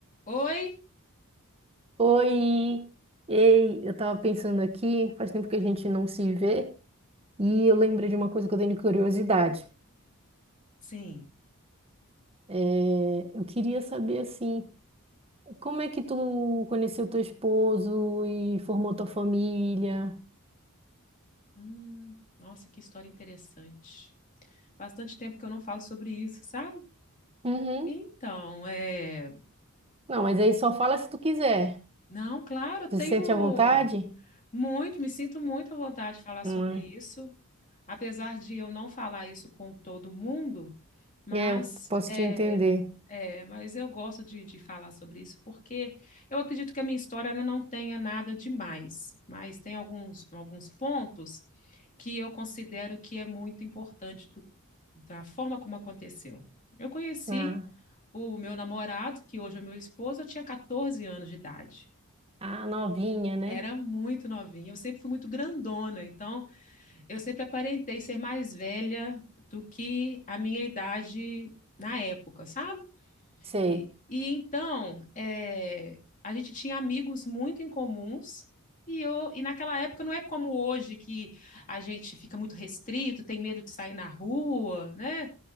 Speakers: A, on the left; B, on the right.
A: Oi?
B: Oi! Ei, eu tava pensando aqui, faz tempo que a gente não se vê, e eu lembrei de uma coisa que eu tenho de curiosidade.
A: Sim.
B: É, eu queria saber, assim, como é que tu conheceu teu esposo e formou tua família?
A: Hum, nossa, que história interessante. Bastante tempo que eu não falo sobre isso, sabe?
B: Uhum.
A: Então, é.
B: Não, mas aí só fala se tu quiser.
A: Não, claro, eu tenho
B: Tu se sente à vontade?
A: muito, me sinto muito à vontade de falar
B: Hum,
A: sobre isso. Apesar de eu não falar isso com todo mundo, Mas
B: É, eu posso
A: é,
B: te entender.
A: é, mas eu gosto de, de falar sobre isso porque eu acredito que a minha história ela não tenha nada demais, mas tem alguns, alguns pontos que eu considero que é muito importante do- da forma como aconteceu. Eu conheci
B: Ah,
A: o meu namorado, que hoje é meu esposo, eu tinha 14 anos de idade.
B: a novinha, né?
A: Era muito novinha, eu sempre fui muito grandona, então eu sempre aparentei ser mais velha do que a minha idade na época, sabe?
B: Sei.
A: E, e então, é, a gente tinha amigos muito em comuns. E, eu, e naquela época não é como hoje que a gente fica muito restrito, tem medo de sair na rua, né?